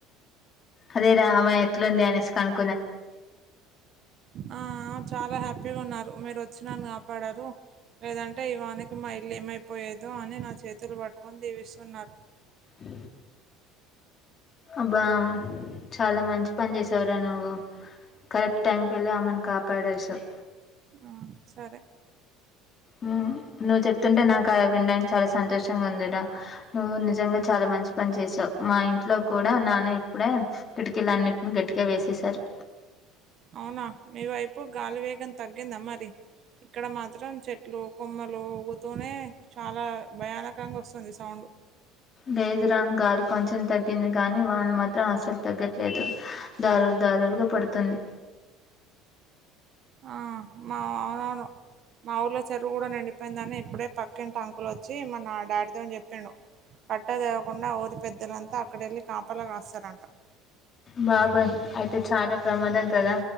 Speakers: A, on the left; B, on the right.
A: అదేరా ఆమె ఎట్లుంది అనేసి కను
B: ఆ చాలా హ్యా పిగున్నారు. మీరు వచ్చి నన్ని కాపాడారు. లేదంటే, ఈ వానకి మా ఇల్లు ఏమైపోయేదో అని నా చేతులు పట్టుకొని దీవిస్తున్నారు.
A: హ అబ్బా చాలా మంచి పని చేసావ్ రా నువ్వు కరెక్ట్ టైంకెళ్ళి ఆమను కాపాడేసావ్
B: ఆ సరే
A: ఆ నువ్వు చొప్తుంటే నాకా విండానికి చాలా సంతోషంగా ఉందిరా నువ్వు నిజ నిజంగా చాలా మంచి పని చేసావ్ మా ఇంట్లో కూడా నాన్న ఇప్పుడే కిటికీలు అన్నిట్నీ గట్టిగా వేసేసారు
B: అవునా మీ వైపు గాలి వేగం తగ్గిందా మరి ఇక్కడ మాత్రం చెట్లు కొమ్మలు ఊగుతూనే చాలా భయానకంగా వస్తుంది సౌండు
A: లేదురా గాలి కొంచెం తగ్గింది కాని వాన మాత్రం అస్సలు తగ్గట్లేదు దారలు దారలుగా పడుతుంది
B: ఆ మా ఆదారు మా ఊర్లో చెరువు గుడా నిండిపోయిందని ఇప్పుడే పక్కింటి అంకులొచ్చి మన డాడీతోని జెప్పిండు కట్ట దెగకుండా ఊరి పెద్దలంతా అక్కడెళ్ళి కాపలా కాస్తారంట
A: బాబోయ్ అయితే చాలా ప్రమాదం కదా